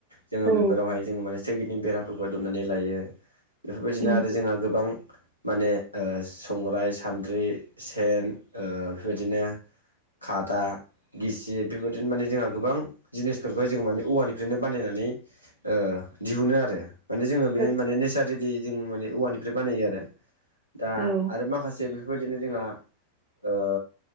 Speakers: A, on the left; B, on the right.
A: जोङो
B: औ
A: बेफोरावहाय जोङो माने सोगिदिनि बेराफोरखौ दुमनानै लायो बेफोरबायदिनो
B: नंगौ
A: आरो जोंहा गोबां माने ओ संग्राय सान्द्रि सेन ओ बेफोरबायदिनो खादा गिसिब बेफोरबायदि माने जोंहा गोबां जिनिसफोरखौहाय जों माने औवानिफ्रायनो बानायनानै ओ दिहुनो आरो माने जोङो बे
B: औ
A: माने नेसारेलि जों माने औवानिफ्राय बानायो आरो दा
B: औ
A: आरो माखास जे बेफोरबायदिनो जोंहा ओ